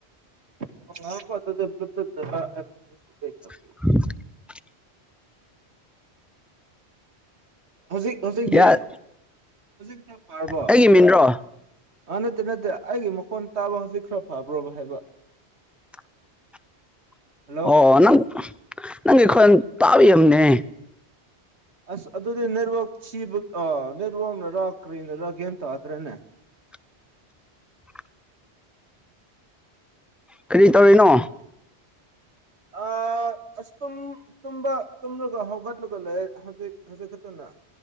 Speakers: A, on the right; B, in the centre.
A: ꯑꯣ ꯉꯀꯣ
B: <inaudible>
A: ꯍꯧꯖꯤꯛ ꯍꯧꯖꯤꯛꯇꯤ
B: ꯌꯥ
A: ꯍꯧꯖꯤꯛ ꯈꯔ ꯐꯥꯔꯕꯣ
B: ꯑꯩꯒꯤ ꯃꯤꯡꯔꯣ
A: ꯑꯥ ꯅꯠꯇꯦ ꯅꯠꯇꯦ ꯑꯩꯒꯤ ꯃꯈꯣꯟ ꯇꯥꯕ ꯍꯧꯖꯤꯛ ꯈꯔ ꯐꯕ꯭ꯔꯣꯕ ꯍꯥꯏꯕ
B: <inaudible>
A: ꯍꯜꯂꯣ
B: ꯑꯣ ꯅꯪ ꯅꯪꯒꯤ ꯑꯩꯈꯣꯏ ꯇꯥꯕꯤ ꯑꯃꯅꯦ
A: ꯑꯁ ꯑꯗꯨꯗꯤ ꯅꯦꯠꯋꯥꯛ ꯁꯤꯕ ꯅꯦꯠꯋꯥꯛꯅꯔ ꯀꯔꯤꯅꯔ ꯀꯩꯝ ꯇꯥꯗ꯭ꯔꯦꯅꯦ
B: <inaudible> ꯀꯔꯤ ꯇꯧꯧꯕꯅꯣ
A: ꯑ ꯑꯁꯕ ꯇꯨꯝꯂꯒ ꯍꯧꯒꯠꯂꯒ ꯂꯩ ꯍꯧꯖꯤꯛ ꯈꯖꯤꯛ ꯈꯛꯇꯅ